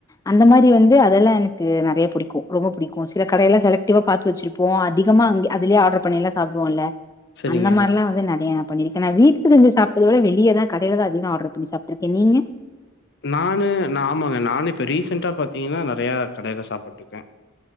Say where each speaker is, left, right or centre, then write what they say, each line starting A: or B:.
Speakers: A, on the left; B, on the left.
A: அந்த மாரி வந்து அதெல்லா எனக்கு நெறைய புடிக்கு ரொம்ப புடிக்கு சில கடையெல்லா செலக்டிவா பாத்து வச்சிருப் போ அதிகமா அங்க அதுலயே ஆர்டர் பண்ணில்லா சாப்டுவோல
B: சரிங்க.
A: அந்த மாரிலா வந்து நெறைய பண்ணிருக்க நா வீக்கு செஞ்ச சாப்டத விட வெளியதா கடைலதா அதிக ஆர்டர் பண்ணி சாப்ட்டுருக்க நீங்க
B: நான்னு நா ஆமாங்க நானு இப்ப ரீசண்டா பாத்தீங்கன்னா நெறைய கடையில சாப்புட்டுக்கே